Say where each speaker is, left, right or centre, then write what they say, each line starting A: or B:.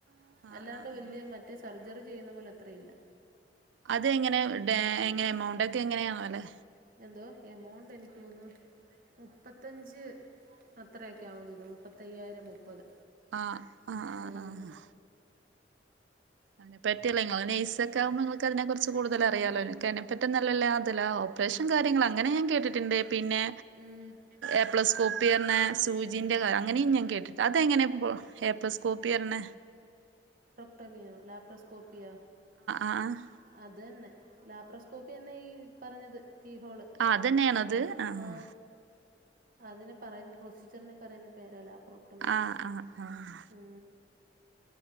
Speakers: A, on the right; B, on the right.
A: ആഹ്
B: അല്ലാണ്ട്
A: ആഹ് ആഹ്
B: വലിയ മറ്റ സർജറി ചെയ്യുന്ന പോലെ അത്രയില്ല
A: അത് എങ്ങനെ ടെ എങ്ങനെ എമൗണ്ട് ക്കെ എങ്ങനെയണോ അല്ലെ
B: എന്തോ എമൗണ്ട് എനിക്ക് തോന്നുന്നു മുപ്പത്തി ത്തഞ്ച് അത്രയൊക്കെ ആകുള്ളൂ തോന്നുന്നു മുപ്പത്തയ്യായിരം മുപ്പത്
A: ആഹ് ആഹ് ആഹ്
B: ഉം
A: ആഹ് അതിനെ പറ്റിയല്ല നിങ്ങ നെയ്സ ഒക്കെ ആവുമ്പോ നിങ്ങൾക്ക് അതിനെ കുറിച്ച് കൂടുതൽ അറിയാലോ
B: ഉം.
A: എനക്ക് അതിനെപ്പറ്റ നല്ലല്ല അതല്ല ഓപ്പറേഷൻ കാര്യങ്ങൾ അങ്ങനെ ഞാൻ കേട്ടിട്ടുണ്ട് പിന്നെ
B: ഉം.
A: ഏപ്ലസ്കോപ്പി പറണ സൂചിന്റെ
B: ഉം.
A: ക അങ്ങനെയും ഞാൻ കേട്ടിട്ട് അതെങ്ങനെ ഇ ഏപ്ലസ്കോപ്പി അറിണ
B: ട്ടാ നി യ സ്കോപ്പിയ
A: ആഹ്
B: അത്‌ന്നെ ലാപ്രോസ്കോപ്പി ന്നെ ഈ പറഞ്ഞത് കീ ഹോള്
A: ആ അതന്നെയാണത് ആഹ്
B: ആ അതിനെ പറയുന്ന പ്രൊസീജറിനെ പറയുന്ന പേര് ല പ്രോട്ടമീ
A: ആഹ് ആഹ് ആഹ്
B: ആ